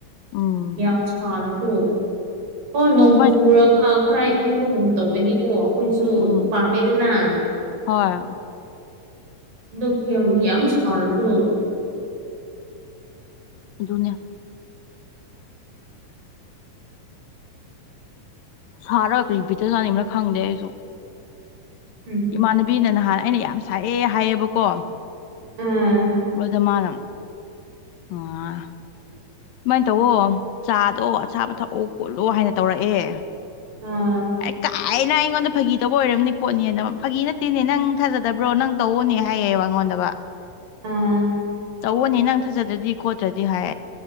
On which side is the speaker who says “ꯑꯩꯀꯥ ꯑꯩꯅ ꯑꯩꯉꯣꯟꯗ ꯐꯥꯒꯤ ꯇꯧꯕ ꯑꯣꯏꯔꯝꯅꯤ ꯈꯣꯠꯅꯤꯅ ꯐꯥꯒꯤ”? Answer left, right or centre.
Left